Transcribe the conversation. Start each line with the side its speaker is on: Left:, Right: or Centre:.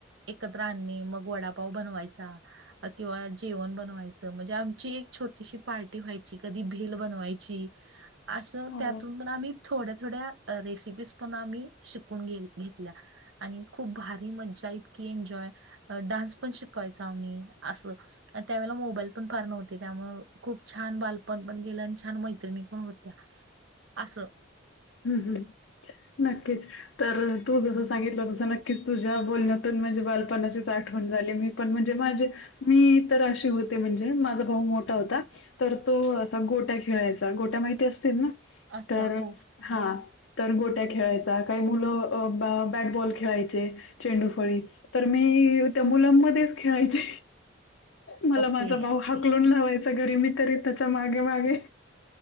Right: एकत्र आणणे. मग, वडापाव बनवायचा. किंवा जेवण बनवायच. म्हणजे आमची एक छोटीशी पार्टी व्हायची. कधी भेल बनवायची. असो
Left: हो.
Right: त्यातून पण, आम्ही थोड्या, थोड्या रेसिपीज पण, आम्ही शिकून घेतल्या. आणि खूप भारी मज्जा, इतकी एन्जॉय, डान्स पण, शिकवायचा आम्ही असं. त्यावेळेला मोबाईल पण, फार नव्हते त्यामुळे खूप छान बालपण गेलं. आणि छान मैत्रिणी पण होत्या. आसं.
Left: हम्म. हम्म. नक्कीच. तर तू जसं सांगितलं तसं नक्कीच तुझ्या बोलण्यातून माझ्या बालपणाचीच आठवण झाली. मी पण म्हणजे माझे मी तर अशी होते म्हणजे माझा भाऊ मोठा होता. तर तो असा गोट्या खेळायचा गोट्या माहिती असतील ना
Right: अच्छा
Left: तर
Right: हो
Left: हा. तर गोट्या खेळायचा, काही मुलं अ बॅ-बॅटबॉल खेळायचे. चेंडूफळी तर मी त्या मुलांमध्येच खेळायची. मला
Right: ओके
Left: माझा भाऊ हाकलून लावायचा घरी. मी तरी त्याच्या मागे मागे